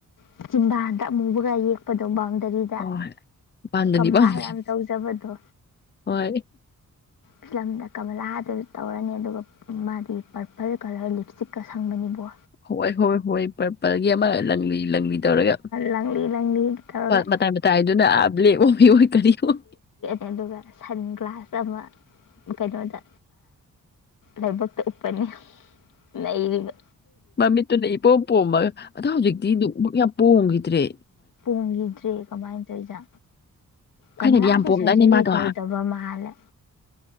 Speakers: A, on the left (about 75°); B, on the left (about 30°).
A: ꯆꯖꯤꯝꯕꯥꯗ ꯑꯃꯨꯕꯒ ꯌꯦꯛꯄꯗꯣ ꯃꯥꯡꯖ ꯀꯔꯤꯗ
B: ꯍꯣꯏ ꯄꯥꯝꯗꯅꯤ
A: ꯀꯂꯥ
B: ꯄꯥꯝꯗꯅꯤ
A: ꯌꯥꯝ ꯇꯧꯖꯕꯗꯣ
B: ꯍꯣꯏ
A: ꯐꯤꯂꯝꯗ ꯀꯃꯂꯥꯗ ꯇꯧꯔꯅꯤ ꯑꯗꯨꯒ ꯃꯥꯗꯤ ꯄꯔꯄꯜ ꯀꯂꯔ ꯂꯤꯞꯁꯇꯤꯛꯀ ꯁꯪꯕꯅꯤꯕꯣ
B: ꯍꯣꯏ ꯍꯣꯏ ꯍꯣꯏ ꯄꯔꯒꯤ ꯑꯃ ꯂꯪꯂꯤ ꯂꯪꯕꯤ ꯇꯧꯔꯒ
A: ꯂꯪꯂꯤ ꯂꯪꯂꯤ ꯇꯧꯔꯒ
B: ꯃꯇꯥꯏ ꯃꯇꯥꯏꯗꯨꯅ ꯭ꯂ ꯑꯣꯏ ꯀꯔꯤ ꯑꯣꯏ
A: ꯑꯗꯨꯒꯒ ꯁꯟ ꯒ꯭ꯂꯥꯁ ꯑꯃ ꯀꯩꯅ ꯑꯣꯏꯗ ꯂꯥꯏꯕꯛꯇ ꯎꯞꯄꯅꯤ ꯂꯩꯔꯤꯕ
B: ꯃꯃꯤꯠꯇꯨꯅ ꯏꯄꯣꯝ ꯄꯣꯝꯃꯒ ꯑꯗ ꯍꯧꯖꯤꯛꯇꯤ ꯨꯛ ꯌꯥꯝ ꯄꯣꯝꯈꯤ ꯇ꯭ꯔꯦ
A: ꯄꯣꯡꯈꯤꯗ꯭ꯔꯦ ꯀꯃꯥꯏꯅ ꯇꯧꯔꯤꯖ
B: ꯊꯥꯏꯅꯗꯤ
A: ꯀꯪꯂꯥꯗꯤ
B: ꯌꯥꯝ ꯄꯣꯝꯗꯥꯏꯅꯦ
A: ꯁꯔꯖꯔꯤ
B: ꯃꯥꯗꯣ
A: ꯇꯧꯗꯕ ꯃꯥꯜꯂꯦ